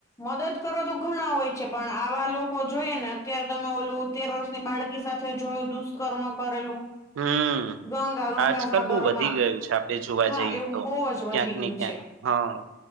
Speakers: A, on the left (about 15°); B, on the right (about 80°).
A: મદદ કરવા તો ઘણા હોય છે પણ આવા લોકો જોઈએ ને અત્યારે તમે ઓલું તેર વર્ષ ની બાળકી સાથે જોયું દુષ્કર્મ કરેલું.
B: હમ,
A: ગંગા ગંગાસાગરમાં
B: આજકાલ બહુ વધી ગયું છે આપણે જોવા
A: હા
B: જઈએ
A: એવું
B: તો.
A: બહુ જ વધી
B: ક્યાંક નને
A: ગયું
B: ક્યાંક,
A: છે.
B: હા,